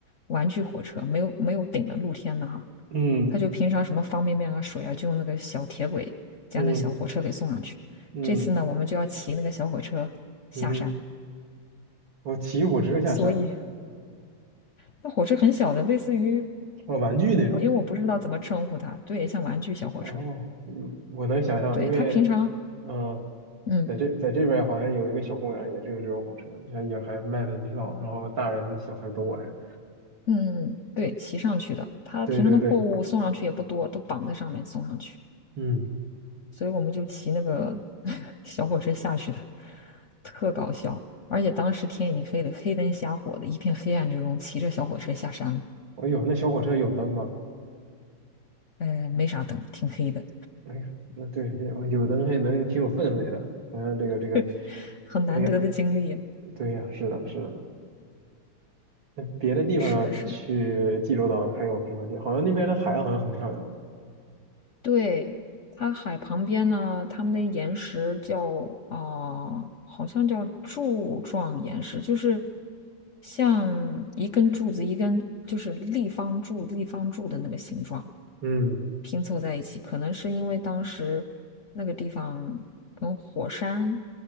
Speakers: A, on the left (about 55°); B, on the right (about 75°).
A: 玩具火车，没有没有顶的露天的哈。
B: 嗯
A: 他就平常什么方便面啊、水啊，就用那个小铁轨加那小火车给送上去。
B: 嗯嗯
A: 这次呢，我们就要骑那个小火车下山，
B: 嗯哼，我骑火车下山，
A: 所以。那火车很小的，类似于
B: 啊，玩具那种。
A: 我，因为我不知道怎么称呼它，对，像玩具小火车，
B: 哦，嗯我能想象，
A: 对，
B: 因为，
A: 它平常，
B: 嗯，
A: 嗯
B: 在这在这边儿好像有一个小公园儿也是有这种火车，像也还卖门票，然后大人小孩都玩。
A: 嗯，对，骑上去的，它平常的货物送上去也不多，
B: 对对对，
A: 都绑在上面送上去，
B: 嗯，
A: 所以我们就骑那个 <laughs> 小火车下去的，特搞笑。而且当时天已经黑了，黑灯瞎火的，一片黑暗之中，骑着小火车下山了，
B: 哎呦，那小火车有灯吗？
A: 呃，没啥灯，挺黑的，
B: 哎呦，那对，有有灯还能挺有氛围的，好像这个这个，
A: <laughs> 很难得的经历啊。
B: 哎呀，对呀，是的，是的。那别的地方呢？
A: 是的，是的。
B: 去济州岛还有什么地？好像那边的海好像很漂亮哦。
A: 对，它海旁边呢，它们的岩石叫啊、呃好像叫柱状岩石，就是像一根柱子，一根就是立方柱、立方柱的那个形状。
B: 嗯
A: 拼凑在一起，可能是因为当时那个地方跟火山